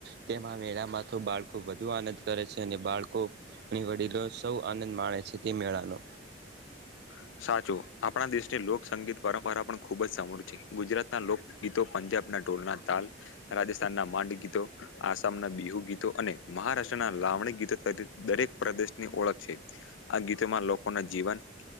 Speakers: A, on the right; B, on the left.
A: તેમાં મેળામાં તો બાળકો વધુ આનંદ કરે છે અને બાળકો અને વડીલો સૌ આનંદ માણે છે તે મેળાનો.
B: <inaudible> સાચો આપણા દેશની લોકસંગીત પરંપરા પણ ખુબ જ સમૂર છે ગુજરાતના લોકગીતો પંજાબના ટોલના તાલ રાજસ્થાનના માંડી ગીતો આસામના બિહુ ગીતો અને મહારાષ્ટ્રના લાવણી ગીતો દરેક પ્રદેશની ઓળખ છે આ ગીતોમાં લોકો ના જીવન